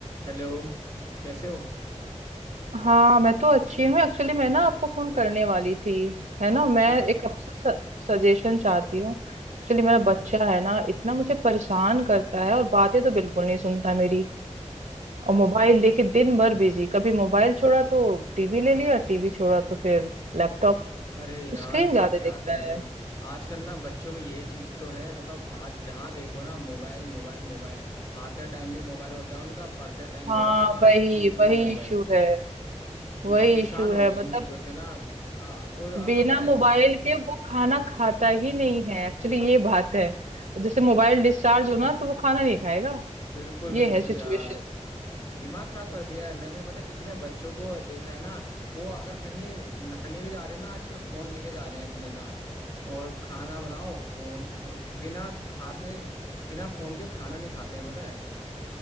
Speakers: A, on the left (about 35°); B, on the right (about 80°).
A: Hello कैसे हो
B: हाँ मैं तो अच्छी हूँ एक्चुअली मैं ना आपको फोन करने वाली थी है ना
A: अच्छा
B: मैं एक आपसे सजेशन चाहती हूँ एक्चुअली मेरा बच्चा है ना इतना मुझे परेशान करता है और बातें तो बिल्कुल नहीं सुनता मेरी और मोबाइल लेके दिन भर बिजी कभी मोबाइल छोड़ा तो टीवी ले लिया टीवी छोड़ा तो फिर लैपटॉप
A: अरे यार
B: स्क्रीन
A: क्या
B: ज्यादा देखता
A: करे
B: है
A: आजकल ना बच्चों में ये चीज तो है मतलब हर जहाँ देखो ना मोबाइल मोबाइल मोबाइल खाते टाइम भी मोबाइल होता है उनका पढ़ते टाइम
B: हाँ
A: मोबाइल हर
B: वही
A: चीज में
B: वही
A: मोबाइल
B: इशू है वही
A: ये परेशान
B: इशू
A: हो
B: है
A: गए
B: मतलब
A: इन चीजों से ना आ, और आप
B: बिना
A: पता है
B: मोबाइल के वो खाना खाता ही नहीं है एक्चुअली ये बात है जैसे मोबाइल डिस्चार्ज हो ना तो वो खाना नहीं खाएगा
A: बिल्कुल
B: ये
A: बिल्कुल
B: है सिचुएशन
A: यार दिमाग खराब कर दिया है मैंने पता है कितने बच्चों को देखा है ना वो अगर कहीं नहाने भी जा रहे हैं ना आजकल फोन लेके जा रहे हैं अपने साथ और खाना बनाओ फोन बिना खाते बिना फोन के खाना नहीं खाते हैं पता है